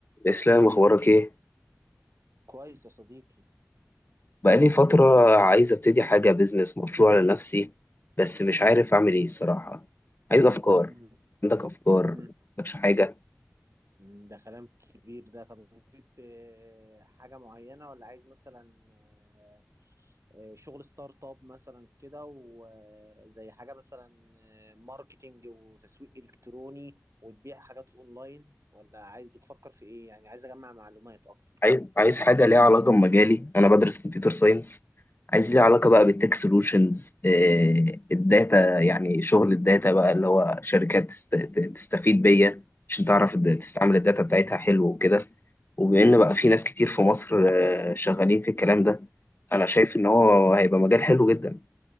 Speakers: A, on the left; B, on the right.
A: اسلام اخبارك ايه
B: كويس يا صديقي
A: بقالي فتره عايز ابتدي حاجه بيزنس مشروع لنفسي بس مش عارف اعمل ايه الصراحه عايز افكار
B: مم.
A: عندك افكار
B: مم.
A: مش حاجه
B: مم. ده كلام كبير ده طب انت حابب، آه، حاجة معينة ولا عايز مثلا آه، آه، شغل ستارت اب مثلا كده وزي حاجة مثلا آه، ماركتينج وتسويق إلكتروني وتبيع حاجات اونلاين ولا عايز بتفكر في ايه يعني عايز اجمع معلومات اكتر
A: عايز عايز حاجة ليها علاقة بمجالي أنا بدرس كمبيوتر ساينس عايز ليها علاقة بقى بالتك سولوشنز الداتا يعني شغل الداتا بقى اللي هو شركات تست- تستفيد بيا عشان تعرف الد- تستعمل الداتا بتاعتها حلو وكده وبإن بقى في ناس كتير في مصر آه، شغالين في الكلام ده أنا شايف إن هو هيبقى مجال حلو جدا